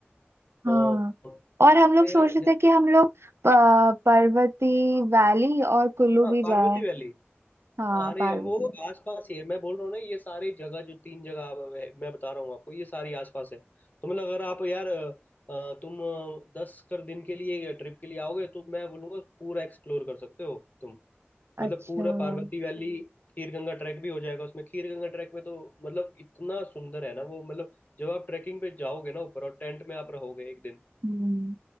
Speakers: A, on the right; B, on the left.
A: हाँ
B: यार
A: और हम लोग
B: नहीं
A: सोच
B: यार
A: रहे
B: जैसे
A: थे कि हम लोग अ, पर्वती वैली और कुल्लू
B: हाँ
A: भी जाएं
B: पार्वती वैली
A: हाँ
B: अरे
A: पार्वती
B: वो आसपास ही है मैं बोल रहा हूँ ना ये सारी जगह जो तीन जगह आप- है, मैं बता रहा हूँ आपको ये सारी आसपास है तो मतलब अगर आप यार अ, अ, तुम अ, दस कर दिन के लिए ट्रिप के लिए आओगे तो मैं बोलूँगा पूरा एक्सप्लोर कर सकते हो तुम मतलब
A: अच्छा
B: पूरा
A: हम्म
B: पार्वती वैली खीर गंगा ट्रैक भी हो जाएगा उसमें खीर गंगा ट्रैक में तो मतलब इतना सुंदर है ना वो मतलब जब आप ट्रैकिंग पे जाओगे ना ऊपर और टेंट में आप रहोगे एक दिन
A: हम्म